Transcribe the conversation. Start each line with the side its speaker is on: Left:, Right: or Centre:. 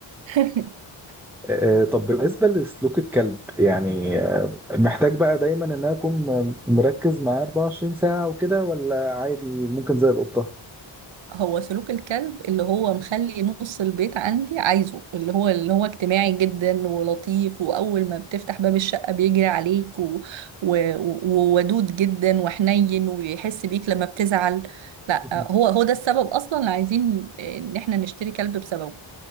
Right: <laughs>
Centre: آه، طب بالنسبه لسلوك الكلب يعني آه، محتاج بقى دايما ان انا اكون مركز معاه 24 ساعه وكده ولا عادي ممكن زي القطه
Right: هو سلوك الكلب اللي هو مخلي نص البيت عندي عايزه اللي هو اللي هو اجتماعي جدا ولطيف واول ما بتفتح باب الشقه بيجري عليك و... و... وودود جدا وحنين ويحس بيك لما بتزعل لا
Centre: <laughs>
Right: هو هو ده السبب اصلا اللي عايزين ان احنا نشتري كلب بسببه